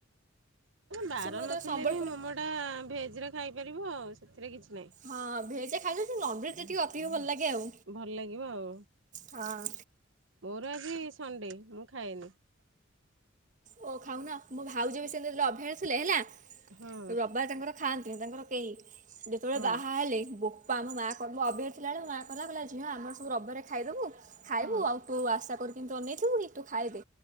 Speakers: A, on the right (about 65°); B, on the right (about 40°).
A: ବାର
B: ସେ ମୋତେ
A: ନଥିଲେ
B: ସମ୍ବଲପୁର
A: ବି ମୋମୋଟା ଭେଜ୍‌ରେ ଖାଇପାରିବ ଆଉ ସେଥିରେ କିଛି ନାହିଁ।
B: ହଁ ଭେଜ ଖାଇଦୋଉଛି, ନନ୍ ଭେଜ୍ ଟିକେ ଅଧିକ ଭଲ ଲାଗେ। ଆଉ।
A: ଭଲ ଲାଗିବ ଆଉ।
B: ହଁ।
A: ମୋର ଆଜି ସଣ୍ଡେ, ମୁଁ ଖାଏନି।
B: ଓ ଖାଉନା ମୋ ଭାଉଜ ସେମିତି ଅଭିଆରି ଥିଲେ ହେଲା।
A: ହଁ
B: ରବାର ତାଙ୍କର ଖାଆନ୍ତିନି। ତାଙ୍କର କେହି ଯେତେବେଳେ
A: ହଁ।
B: ବାହା ହେଲେ ବୋ କୁ ଆମ ମା କ ଅଭିଆରୀ ଥିଲାବେଳେ ମ ମା କହିଲା ଝିଅ ଆମର ସବୁ ରବିବାରେ ଖାଇଦେବୁ। ଖାଇବୁ,
A: ହଁ
B: ଆଉ ତୁ ଆଶା କରିକି ତୁ ଅନେଇଥିବୁ କି ତୁ ଖାଇଦେ।